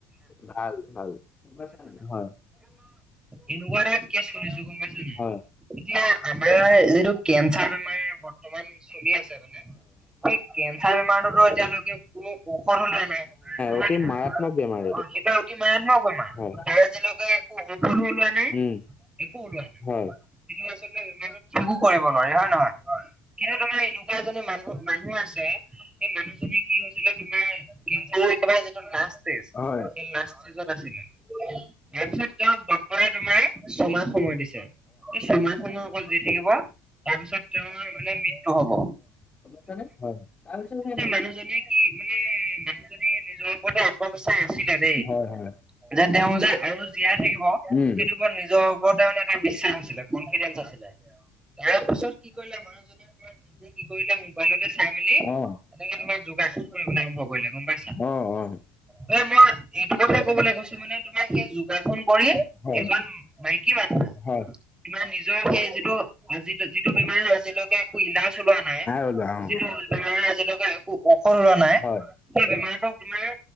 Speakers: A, on the left; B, on the right.
A: ভাল ভাল, হয়।
B: এনেকুৱা এটা কেছ লৈছো গম পাইছা নাই
A: হয়।
B: এতিয়া আমাৰ এইটো কেঞ্চাৰ বেমাৰ বৰ্তমান চলি আছে মানে, সেই কেঞ্চাৰ বেমাৰটোতো এতিয়ালৈকে কোনো ঔষৰ সমূহ নাই।
A: অতি
B: নাই নাই
A: মাৰাত্মক
B: অঁ।
A: বেমাৰ
B: অ সেইটা অতি মাৰাত্মক বেমাৰ,
A: হয়।
B: তাৰ আজিলৈকে একো ঔষধো ওলোৱা নাই,
A: উম
B: একো ওলোৱা নাই
A: হয়
B: সেইটো আচলতে একো কৰিব নোৱাৰে হয় নহয়? কিন্তু তোমাৰ এনেকুৱা এজনী মানুহ মানুহ আছে সেই মানুহজনী কি হৈছিলে তোমাৰ কেঞ্চাৰৰ একেবাৰে যিটো লাষ্ট ষ্টেজ,
A: হয়।
B: সেই লাষ্ট ষ্টেজত আছিলে তাৰ পিছত তেওঁক ডক্ট ৰে তোমাৰ ছমাহ সময় দিছে। এই ছমাহ সময় অকল জী থাকিব, তাৰ পিছত তেওঁৰ মানে মৃত্যু হ'ব
A: গম পাইছা নে? হয়। তাৰপিছত সেই মানুহ
B: মানুহজনীয়ে কি মানে মানুহজনীয়ে নিজৰ ওপৰতো আত্মবিশ্বাস আাছিলে দেই,
A: হয় হয়
B: যে তেওঁ যে আৰু জীয়াই থাকিব
A: উম।
B: সেইটো ওপৰত নিজৰ ওপৰতে মানে এটা বিশ্বাস আছিলে কনফিডেন্স আছিলে। তাৰপিছত কি কৰিলে মানুহজনীয়ে তোমাৰ নিজে কি কৰিলে মোবাইলতে চাই মেলি
A: অ
B: এনেকে, তোমাৰ যোগাসন কৰিব আৰম্ভ কৰিলে। গম পাইছা?
A: অ অ অ
B: মানে মই, এইটো কথা কবলৈ কৈছোঁ মানে, তোমাৰ সেই যোগাসন কৰি
A: হয়।
B: এজন মাইকী মানুহে,
A: হয়।
B: তোমাৰ নিজৰ সেই, যিটো আজি যিটো, বেমাৰ আজিলৈকে একো ইলাজ ওলোৱা নাই।
A: ওলোৱা অ।
B: যিটো, ল'ৰা আজিলৈকে, একো ঔষধ ওলোৱা নাই।
A: হয়
B: সেই, বেমাৰটো মানে,